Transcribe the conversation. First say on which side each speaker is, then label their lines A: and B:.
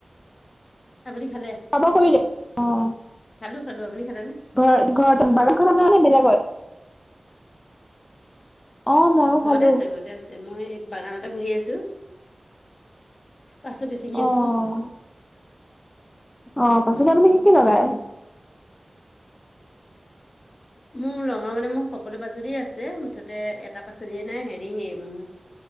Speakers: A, on the left; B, on the left.
A: আপুনি খালে
B: খোৱা বোৱা কৰিলে অ
A: খালো খালো আপুনি? খালে নে
B: ঘৰ ঘৰত বাগানখন নহ নে বেলেগত। অ মইয়ো খালো।
A: ঘৰতে আছে ঘৰতে আছে মই বাগানতে বহি আছো। পাছতে ছিঙি
B: অ',
A: আছো।
B: অ পাচলি আপুনি কি কি লগায়?
A: উম মোৰ লগাও মানে মোৰ সকলো পাচলিয়ে আছে, মুঠতে এটা পাচলিয়ে নাই হেৰি উম।